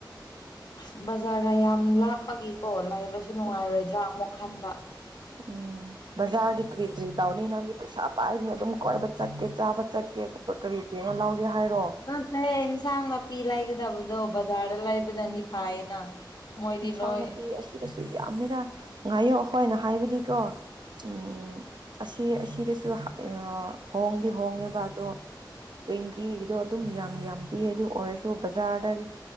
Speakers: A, on the left (about 60°); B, on the right (about 70°).
A: ꯑꯁ ꯕꯖꯥꯔꯒ ꯌꯥꯝ ꯂꯥꯞꯄꯒꯤꯀꯣ ꯂꯥꯏꯕꯁꯨ ꯖꯨ ꯅꯨꯡꯉꯥꯏꯔꯣꯏꯗ꯭ꯔꯥ
B: ꯎꯝ
A: ꯑꯃꯨꯛ ꯈꯟꯕ
B: ꯎꯝ ꯕꯖꯥꯔꯗꯤ ꯀꯔꯤ ꯀꯔꯤ ꯇꯥꯎꯅꯤ ꯅꯪꯗꯤ ꯄꯩꯁꯥ ꯄꯥꯏꯕꯅ ꯑꯗꯨꯝ ꯀꯣꯏꯕ ꯆꯠꯀꯦ ꯆꯥꯕ ꯆꯠꯀꯦ ꯈꯣꯠꯄ ꯀꯔꯤ ꯀꯅꯣ ꯂꯧꯒꯦ ꯍꯥꯏꯔꯣ
A: ꯅꯠꯇꯦ ꯏꯟꯁꯥꯡ ꯅꯥꯄꯤ ꯂꯩꯒꯗꯕꯗꯣ ꯕꯖꯥꯔꯗ ꯂꯩꯕꯗꯅꯤ ꯐꯥꯏꯌꯦꯅ ꯃꯣꯏꯗꯤ
B: ꯏꯟꯁꯥꯡ
A: ꯂꯣꯏ
B: ꯅꯥꯄꯤ ꯑꯁꯤꯗꯁꯨ ꯌꯥꯝꯃꯦꯅ ꯉꯥꯏꯌꯣ ꯑꯈꯣꯏꯅ ꯍꯥꯏꯕꯗꯤꯀꯣ ꯎꯝ ꯑꯁꯤ ꯑꯁꯤꯗꯁꯨ ꯍꯣꯡꯗꯤ ꯍꯣꯡꯉꯦꯕ ꯑꯗꯣ ꯇ꯭ꯋꯦꯟꯇꯤꯒꯤꯗꯣ ꯑꯗꯨꯝ ꯌꯥꯝ ꯌꯥꯝ ꯄꯤ ꯑꯗꯨ ꯑꯣꯏꯔꯁꯨ ꯕꯖꯥꯔꯗꯗꯤ